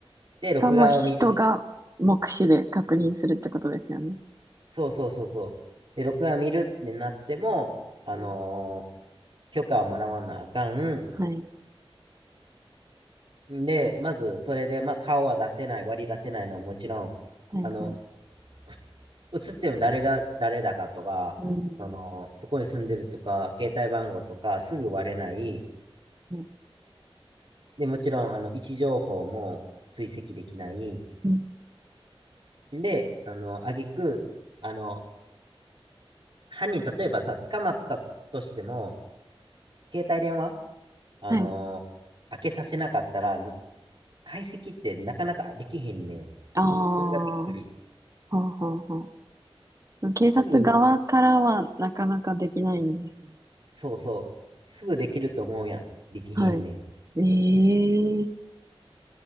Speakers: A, on the right; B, on the right.
A: で、録画を見る。
B: がもう人が目視で確認するってことですよね。
A: そうそうそうそう。で、録画を見るってなっても、あのー
B: うん。
A: 許可をもらわなあかん。
B: はい。
A: で、まず、それで、まあ、顔は出せない、割り出せないのはもちろん、
B: はい、
A: あの、
B: はい。
A: ふつ写っても誰が誰だかとか、
B: うん。
A: その、どこに住んでるとか、携帯番号とか、すぐ割れない。
B: はい。
A: で、もちろん、あの、位置情報も追跡できない。
B: うん。
A: で、あの、挙句、あの、犯人、例えばさ、捕まったとしても、携帯電話、あの、
B: はい。
A: 開けさせなかったら、解析ってなかなかできへんねん。
B: ああ、
A: それがびっくり。
B: はははその警察側からはなかなかできないんですね。
A: すぐそうそう。すぐできると思うやん。できひんねん。
B: はい。ええー